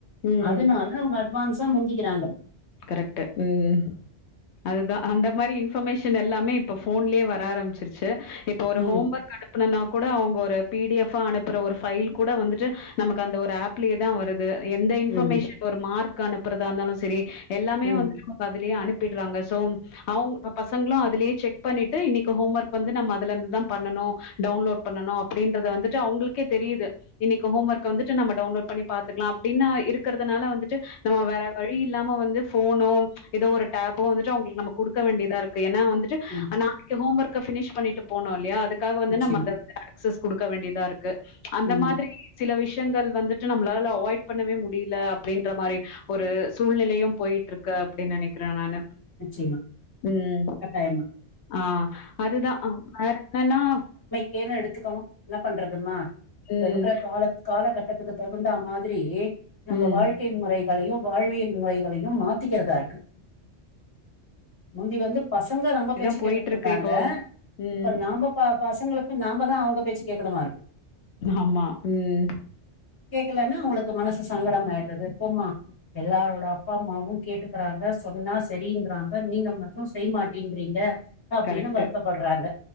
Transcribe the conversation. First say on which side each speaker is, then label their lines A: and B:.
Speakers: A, on the left (about 75°); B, on the left (about 20°).
A: ம்.
B: அதனால அவங்க அட்வான்ஸா முந்திக்கறாங்க
A: கரெக்ட்டு ம் அதுதா அந்த மாரி இன்பர்மேஷன் எல்லாமே இப்ப போன்லேயே வர ஆரம்பிச்சிருச்சு இப்ப ஒரு
B: ம்,
A: ஹோம் ஒர்க் அனுப்புனும்னா கூட அவங்க ஒரு பிடிஎஃப் ஆ அனுப்பற ஒரு ஃபைல் கூட வந்துட்டு நமக்கு அந்த ஒரு ஆப்லயே தா வருது எந்த இன்ஃபர்மேஷன்
B: ம்,
A: ஒரு மார்க் அனுப்பறதா இருந்தாலும் சரி எல்லாமே
B: ம்,
A: வந்துட்டு அதுலயே அனுப்பிட்றாங்க சோ அவங்க பசங்களும் அதுலயே செக் பண்ணிட்டு இன்னைக்கு ஹோம் ஒர்க் வந்து நம்ம அதுலந்துதா பண்ணனும் டவுன்லோட் பண்ணணும் அப்டின்றத வந்துட்டு அவங்களுக்கே தெரியுது இன்னைக்கு ஹோம் ஒர்க்க வந்துட்டு நம்ம டவுன்லோட் பண்ணி பாத்துக்கலாம் அப்டின்னு இருக்கறதுனால வந்துட்டு நம்ம வேற வழி இல்லாம வந்து போனும் ஏதோ ஒரு டேபோ வந்துட்டு அவங்களுக்கு நம்ம குடுக்க வேண்டியதா இருக்கு ஏன்னா வந்துட்டு
B: ம்
A: நாளைக்கு ஹோம் ஒர்க்க ஃபினிஷ் பண்ணிட்டு போனோம் இல்லயா அதுக்காக வந்து
B: நிச்சயமா.
A: நம்ம அத வந்து ஆக்சஸ் குடுக்க வேண்டிதா இருக்கு அந்த
B: ம்.
A: மாரி சில விஷயங்கள் வந்துட்டு நம்மளால அவாய்ட் பண்ணவே முடில அப்டின்ற மாரி ஒரு சூழ்நிலயும் போயிட் டுருக்கு அப்டின்னு நனைக்கறேன் நானு
B: நிச்சயமா.
A: ம்
B: கட்டாயமா.
A: ஆ அதுதான் வேற என்ன்னா
B: கேு எடுத்துக்கணு என்ன பண்றதுமா இப்ப
A: ம்,
B: இருக்கற காலத் காலகட்டத்துக்கு தகுந்த மாதிரி நம்ம
A: ம்.
B: வாழ் க்கை முறைகளையும் வாழ்வியல் முறைகளையும் மாத்திக்கறதா இருக்கு முந்தி வந்து பசங்க நம்ப
A: இதான்
B: பேச்சு
A: போயிட்டுருக்கு
B: கேட்டுட்டு இருந்தாங்க
A: இப்போ. ம்.
B: இப்ப நாம பசங்களுக்கு நாமதான் அவங்க பேச்சு கேக்கணுமா இருக்கு
A: ஆமா ம்
B: கேக்கலன்னா அங்களுக்கு மனசு சங்கடம் ஆயிட்றது போமா எல்லாரோட அப்பா அம்மாவும் கேட்டுக்கறாங்க சொன்னா சரின்றாங்க நீங்க மட்டு செய்ய மாட்டன்றீங்க அப்டின்னு
A: கரெக்ட்.
B: வருத்தப்படுறாங்க